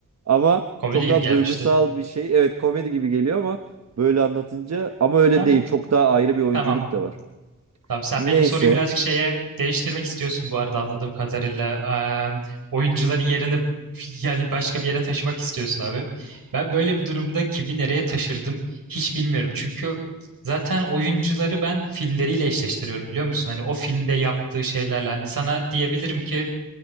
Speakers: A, on the right; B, on the right.
A: Ama
B: Komedi
A: çok
B: gibi
A: daha
B: gelmişti.
A: duygusal bir şey. Evet komedi gibi geliyor ama böyle anlatınca ama öyle
B: Abi
A: değil. Çok daha ayrı bir oyunculuk
B: tamam.
A: da var.
B: Tamam sen
A: Neyse.
B: benim soruyu birazcık şeye değiştirmek istiyorsun bu arada anladığım kadarıyla. Eee, oyuncuların yerini <laughs> yani başka bir yere taşımak istiyorsun abi. Ben böyle bir durumda kimi nereye taşırdım hiç bilmiyorum. Çünkü zaten oyuncuları ben filmleriyle eşleştiriyorum biliyor musun? Hani o filmde yaptığı şeylerle hani sana diyebilirim ki